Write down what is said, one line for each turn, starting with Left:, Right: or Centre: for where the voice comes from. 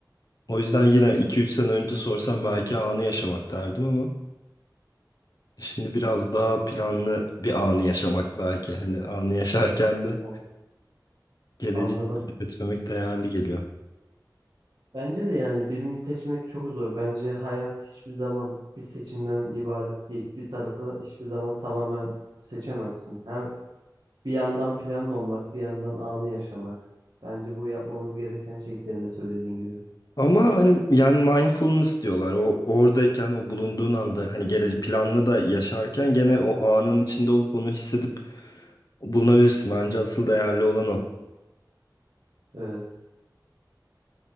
Left: O yüzden yine iki üç sene önce sorsam belki anı yaşamak derdim ama şimdi biraz daha planlı bir anı yaşamak belki. Hani anı yaşarken de
Right: Evet.
Left: geleceği
Right: Anladım.
Left: götürmek değerli geliyor.
Right: Bence de yani birini seçmek çok zor. Bence hayat hiçbir zaman bir seçimden ibaret değil. Bir tarafı hiçbir zaman tamamen seçemezsin. Her bir yandan planlı olmak, bir yandan anı yaşamak. Bence bu yapmamız gereken şey senin de söylediğin gibi.
Left: Ama hani yani mindfulness diyorlar. O oradayken o bulunduğun anda hani geleceği planlı da yaşarken gene o anın içinde olup onu hissedip bulunabilirsin. Bence asıl değerli olan o.
Right: Evet.